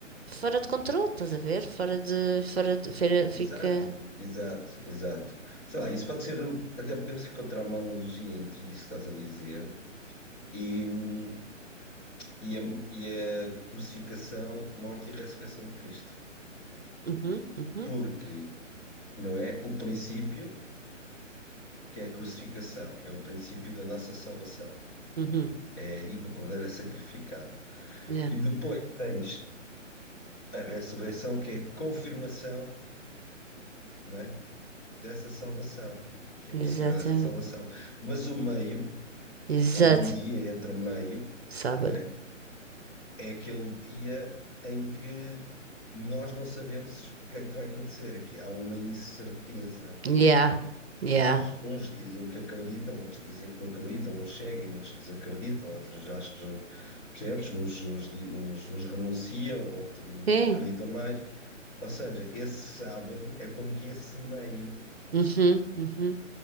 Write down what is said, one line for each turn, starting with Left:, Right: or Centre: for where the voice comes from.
Right: fora de controle, estás a ver? Fora de, fora de, fora- fica,
Left: exato, exato, exato. Sei lá, isso pode ser, o- até podemos encontrar uma analogia entre isso que estás a dizer e, hum, e, a, e a crucificação, morte e ressurreição de Cristo.
Right: uhum, uhum,
Left: Porque, não é? O princípio, que é a crucificação, é o princípio da nossa salvação.
Right: uhum,
Left: É aí que o Cordeiro é sacrificado.
Right: yeah,
Left: E depois tens a ressurreição, que é a confirmação, não é? dessa salvação, que
Right: exatamente,
Left: é possível essa salvação. Mas o meio,
Right: exato,
Left: houve um dia entre meio,
Right: sábado,
Left: não é? É aquele dia em que nós não sabemos o que é que vai acontecer, é que há uma incerteza.
Right: yeah, yeah,
Left: Uns, uns dizem que acreditam, outros dizem que não acreditam, uns seguem, outros desacreditam, outros acho que já, percebes? Uns, uns, di- uns, uns renunciam, outros
Right: sim,
Left: acreditam mais. Ou seja, esse sábado é como que esse meio,
Right: uhum, uhum,